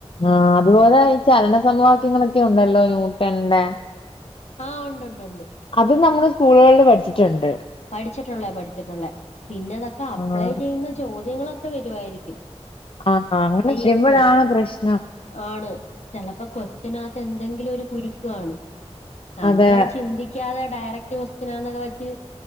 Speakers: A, on the left; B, on the left.
A: ആ അതുപോലെ ഈ ചലനസമവാക്യങ്ങളൊക്കെ ഉണ്ടല്ലോ ന്യൂട്ടന്റെ.
B: ആഹ് ഉണ്ടൊണ്ടൊണ്ട്.
A: അത് നമ്മള് സ്കൂൾകള് പഠ്ച്ചിട്ട്ണ്ട്.
B: പഠിച്ചിട്ടുള്ളെ പഠിച്ചിട്ടുള്ളെ. പിന്നെതക്കാ അപ്ലൈ
A: ആഹ്
B: ചെയ്യുന്ന ചോദ്യങ്ങളൊക്കെ വരുവായിരിക്കും.
A: ആഹ് അങ്ങനെ
B: അപ്പൊ
A: ചെയ്യുമ്പഴാണ്
B: ഈ കൊസ്
A: പ്രശ്നം.
B: ആണ് ചെലപ്പം കൊസ്റ്റ്നാത്ത് എന്തെങ്കിലും ഒരു കുരുക്ക് കാണും നമ്മളത്
A: അതെ
B: ചിന്തിക്കാതെ ഡയറക്ട് കൊസ്റ്റ്നാന്നൊക്കെ വെച്ച്